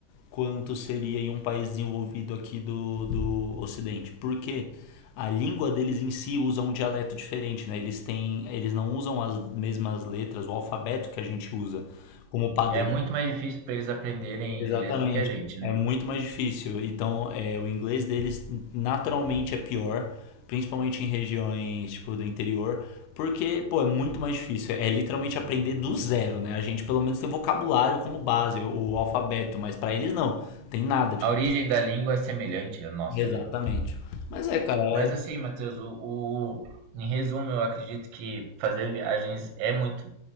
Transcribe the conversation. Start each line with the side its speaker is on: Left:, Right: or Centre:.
Left: quanto seria em um país desenvolvido aqui do, do Ocidente. Porque a língua deles em si usa um dialeto diferente, né? Eles têm, eles não usam as mesmas letras, o alfabeto que a gente usa como padrão.
Right: É muito mais difícil para eles aprenderem
Left: Exatamente.
Right: inglês do que a gente, né?
Left: É muito mais difícil. Então, é, o inglês deles naturalmente é pior, principalmente em regiões, tipo, do interior, porque, pô, é muito mais difícil. É literalmente aprender do zero, né? A gente pelo menos tem vocabulário como base, o, o alfabeto, mas pra eles não. Tem nada de...
Right: A origem da língua é semelhante à nossa,
Left: Exatamente.
Right: né?
Left: Mas é, cara,
Right: Mas
Left: é
Right: assim, Matheus, o, o- em resumo, eu acredito que fazer viagens é muito,